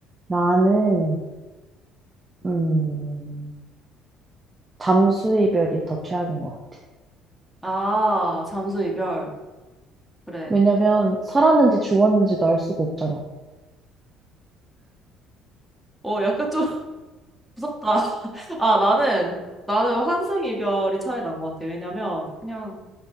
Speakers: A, on the right (about 20°); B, in the centre.
A: 나는, 음, 잠수 이별이 더 최악인 것 같아.
B: 아, 잠수 이별. 그래.
A: 왜냐면, 살았는지 죽었는지도 알 수가 없잖아.
B: 어, 약간 좀 <laughs> 무섭다. <laughs> 아, 나는, 나는 환승 이별이 차라리 난것 같아. 왜냐면, 그냥,